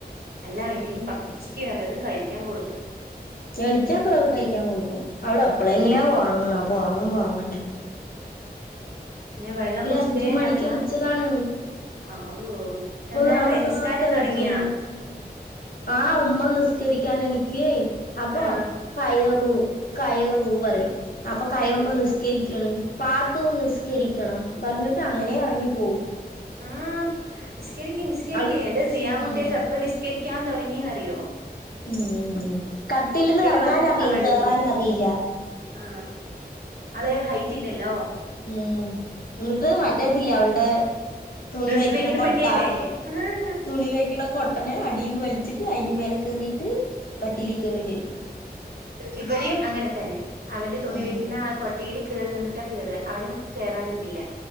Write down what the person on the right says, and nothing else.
അല്ലാ എങ്കിലും <unintelligible> ച്ചിക്ക് ല്ലതും കയ്ക്കാൻ കൊട്ക്ക്
ഉം
പിന്നെ വെള്ളങ്കുടിച്ചട്ടെ
നടന്നാ
ആ
എന്താണ്
വെ നിസ്കാരതൊടങ്ങിയാ
ആ
ഓ
ആം നിസ്കരിക്കിനിസ്കരിക്കി
അന്റെ സിയാൻകുട്ട്യോക്കെ
എപ്പനിസ്കരി ക്കാൻ തൊടങ്ങീന്നറിയോ
വന്നിട്ട് കമഴ്ന്ന്
നിക്കും ആ അള് ഹൈറ്റില്ലല്ലോ
ഡ്രസ്സ്
പെട്ടിയല്ലേ ആ
ഇവിടേം അങ്ങനതന്നെ അവന്റ തുണി
വെക്കണാ കൊട്ടീല് കേറി നിന്നിട്ടാ കേറ അവനും കേറാൻ കിട്ടില്ല